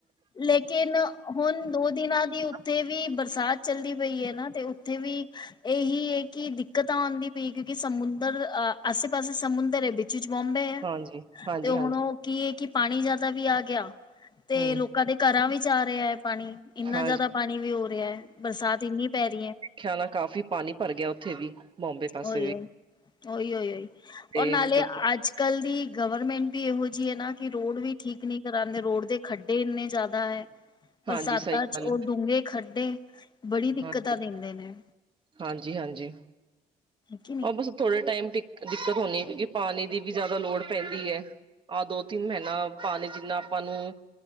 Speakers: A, on the left; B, on the right.
A: ਲੇਕਿਨ ਹੁਣ ਦੋ ਦਿਨਾਂ ਦੀ
B: <unintelligible>
A: ਉੱਥੇ ਵੀ ਬਰਸਾਤ ਚੱਲਦੀ ਪਈ ਐ ਨਾ ਤੇ ਉੱਥੇ ਵੀ ਇਹੀ ਹੈ ਕੀ ਦਿੱਕ ਦਿੱਕਤਾਂ ਆਉਂਦੀ ਪਈ ਕਿਉਂਕਿ ਸਮੁੰਦਰ ਅਹ ਆਸੇ- ਪਾਸੇ ਸਮੁੰਦਰ ਐ ਵਿੱਚ ਚ ਬੋਂਬੇ ਐ,
B: ਹਾਂਜੀ ਹਾਂਜੀ
A: ਤੇ ਹੁਣ
B: ਹਾਂਜੀ
A: ਕੀ ਏਹ ਕੀ ਪਾਣੀ ਜਿਆਦਾ ਵੀ ਆ ਗਿਆ। ਤੇ
B: ਹਮ
A: ਲੋਕਾਂ ਦੇ ਘਰਾਂ ਵਿੱਚ ਆ ਰਿਹਾ ਐ। ਪਾਣੀ ਇੰਨਾ
B: ਹਾਂਜੀ
A: ਜ਼ਿਆਦਾ ਪਾਣੀ ਵੀ ਹੋ ਰਿਹਾ ਹੈ ਬਰਸਾਤ ਇੰਨੀ ਪੈ ਰਹੀ ਐ।
B: ਖਿਆਲਾ ਕਾਫ਼ੀ ਪਾਣੀ ਭਰ ਗਿਆ ਉੱਥੇ ਵੀ ਬੋਂਬੇ ਪਾਸੇ
A: ਉਈ
B: ਵੀ
A: ਓ, ਓ ਈ-ਓ ਈ ਓ ਈ,
B: ਤੇ
A: ਓ ਨਾਲੇ
B: ਮਤਲਬ
A: ਅੱਜ ਕੱਲ੍ਹ ਦੀ ਗਵਰਮੈਂਟ ਵੀ ਇਹੋ ਜਿਹੀ ਹੈ ਨਾ ਕਿ ਰੋਡ ਵੀ ਠੀਕ ਨੀ ਤਰਾਂ ਦੇ ਰੋਡ ਦੇ ਖੱਡੇ ਇੰਨੇ ਜ਼ਿਆਦਾ ਐ, ਬਰਸਾਤਾਂ
B: ਹਾਂਜੀ ਸਹੀ
A: ਚ
B: ਗੱਲ
A: ਉਹ ਡੂੰਘੇ ਖੱਡੇ ਬੜੀ ਦਿੱਕਤਾਂ
B: ਹਾਂਜੀ
A: ਦਿੰਦੇ ਨੇ
B: ਹਾਂਜੀ ਹਾਂਜੀ
A: ਕਿ ਨਹੀਂ
B: ਉਹ ਬਸ ਥੋੜੇ ਟਾਈਮ ਦਿੱਕ-ਦਿੱਕਤ ਹੋਣੀ, ਕਿਉਂਕਿ ਪਾਣੀ ਦੀ ਵੀ ਜ਼ਿਆਦਾ ਲੋੜ ਪੈਂਦੀ ਐ। ਆਹ ਦੋ-ਤਿੰਨ ਮਹੀਨਾ ਪਾਣੀ ਜਿੰਨਾ ਆਪਾਂ ਨੂੰ